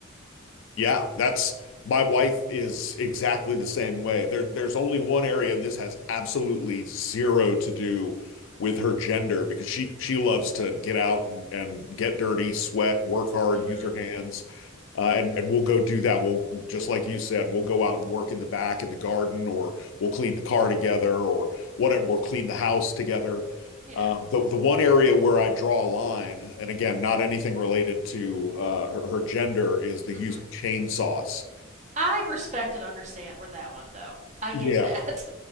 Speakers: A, on the left (about 65°); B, on the right (about 35°).
A: Yeah, that's my wife is exactly the same way. There, there's only one area, and this has absolutely zero to do with her gender because she she loves to get out and and get dirty, sweat, work hard,
B: Mm
A: use
B: hmm.
A: her hands, uh, and and we'll go do that. We'll just like you said, we'll go out and work in the back in the garden, or we'll clean the car together, or whatever. We'll clean the house together.
B: Yeah.
A: Um, the the one area where I draw a line, and again, not anything related to uh, her, her gender, is the
B: Mm
A: use
B: hmm.
A: of chainsaws.
B: I respect and understand where that one, though. I
A: Yeah,
B: get that.